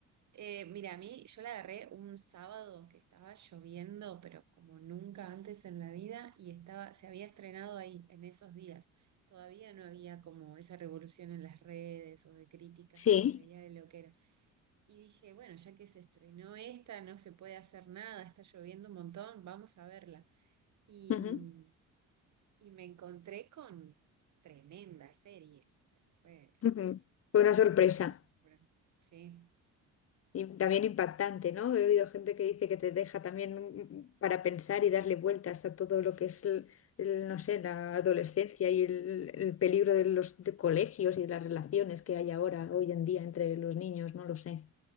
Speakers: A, on the right; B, on the left.
A: Eh, mira, a mí yo la agarré un sábado que estaba lloviendo, pero como nunca antes en la vida, y estaba, se había estrenado ahí en esos días. Todavía no había como esa revolución en las redes o de críticas
B: Sí.
A: que se veía de lo que era. Y dije, bueno, ya que se estrenó esta, no se puede hacer nada, está lloviendo un montón, vamos a verla. Y,
B: Ujú,
A: mm, y me encontré con tremenda serie. O sea, fue
B: ujú. Fue una sorpresa.
A: una locura. Sí.
B: Y también impactante, ¿no? He oído gente que dice que te deja también mm, para pensar y darle vueltas a todo lo que es, el- el, no sé, la adolescencia y el, el peligro de los de colegios y de las relaciones que hay ahora, hoy en día, entre los niños, no lo sé.